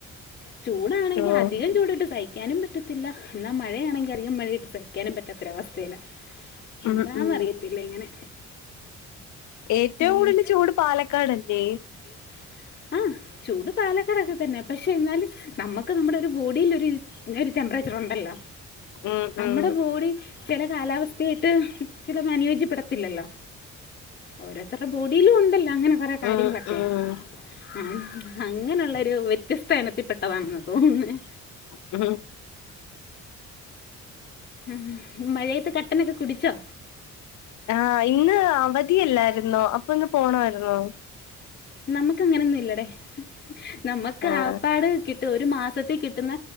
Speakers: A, on the left; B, on the left.
A: ചൂടാണെങ്കിൽ
B: ഓഹ്
A: അധികം ചൂടിട്ട് തയ്ക്കാനും പറ്റത്തില്ല എന്നാൽ മഴയാണെങ്കിൽ അധികം മഴ ് സഹിക്കാനും പറ്റാത്തൊരവസ്ഥയിയില എന്താെന്ന്റിയത്തില്ല
B: ഉം ഉം
A: ഇങ്ങനെ
B: ഏറ്റവും
A: ഉം
B: കൂടുതൽ ചൂട് പാലക്കാട്ല്ലേ
A: ഉ ആ ചൂട് പാലക്കാടൊക്കെ തന്നെ പക്ഷെ എന്നാലും നമുക്ക് നമ്മുടെ ഒരു ബോഡിൽ ഒരു ഒരു ടെമ്പറിച്ചർ അല്ല
B: ഉം
A: നമ്മുടെ
B: ഉം
A: ബോഡി ചില കാലാവസ്ഥയായിട്ട് ചില അനുയോജ്യപ്പെടത്തില്ലല്ലോ ഓരോരുത്തരുടെ ബോഡിയിലും ഉണ്ടല്ലോ അങ്ങനെ കൊറെേ കാര്യങ്ങളൊക്കെ
B: ഉം ഉം
A: ആ അങ്ങനെയുള്ളരു വ്യത്യസ്ത ഇനത്തിൽപ്പെെട്ടതാണെന്ന് തോന്നേ
B: ഉ
A: ഉം ഴത്ത് കട്ടനൊക്കെ കുടിച്ചോ
B: ആഹ ഇന്ന് അവധിയല്ലായിന്നോ അപ്പൊ ഒന്ന് പോണമായിുന്നോ
A: നമക്ക് അങ്ങനെൊന്നും ഇല്ലടേ നമ്മുക്ക്
B: ആഹ്
A: ആപ്പാട് കിട്ട ഒരു മാസ ത്തി കിട്ടുന്ന